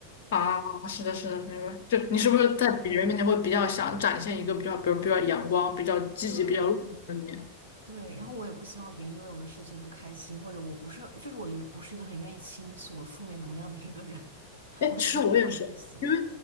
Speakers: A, on the left; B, on the right.
A: 啊，是的，是的，明白。就你是不是在别人面前会比较想展现一个比较，
B: 就是
A: 比如比较阳光、比较积极、
B: 对，
A: 比较乐观的一面？
B: 对，然后我也不希望别人因为我的事情不开心，或者我不是，就是我又不是一个很愿意倾诉我负面能量的一个人，<laughs>
A: 哎，
B: 我会觉得不好意思。
A: 其实我也是，因为